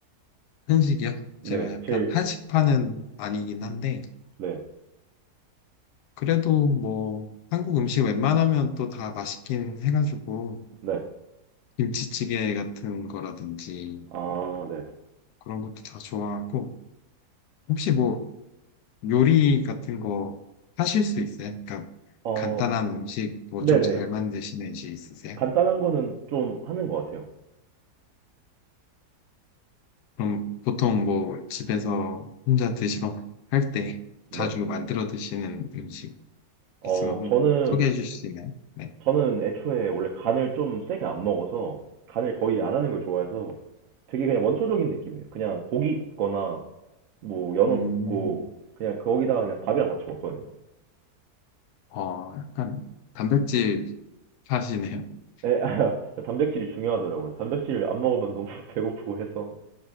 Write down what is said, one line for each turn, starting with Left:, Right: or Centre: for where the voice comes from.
Left: 한식이요?
Right: 네.
Left: 제가 약간
Right: 제일
Left: 한식파는 아니긴 한데
Right: 네.
Left: 그래도 뭐 한국 음식 웬만하면 또 다 맛있긴 해가지고
Right: 네.
Left: 김치찌개 같은 거라든지
Right: 아,
Left: 뭐
Right: 네.
Left: 그런 것도 다 좋아하고, 혹시 뭐 요리 같은 거 하실 수 있어요? 그러니까
Right: 어,
Left: 간단한 음식 뭐
Right: 네네.
Left: 좀 잘 만드시는 지 있으세요?
Right: 간단한 거는 좀 하는 것 같아요.
Left: 그럼 보통 뭐 집에서 혼자 드시거나 할 때
Right: 네.
Left: 자주 만들어 드시는 음식
Right: 어,
Left: 있으면 한번
Right: 저는
Left: 소개해 주실 수 있나요? 네.
Right: 저는 애초에 원래 간을 좀 세게 안 먹어서 간을 거의 안 하는 걸 좋아해서 되게 그냥 원초적인 느낌이에요. 그냥 고기 굽거나 뭐 연어
Left: 음,
Right: 굽고 그냥 거기다가 그냥 밥이랑 같이 먹거든요.
Left: 어, 약간 단백질 하시네요. <laughs>
Right: 에 <laughs> 단백질이 중요하더라고요. 단백질 안 먹으면 너무 <laughs> 배고프고 해서.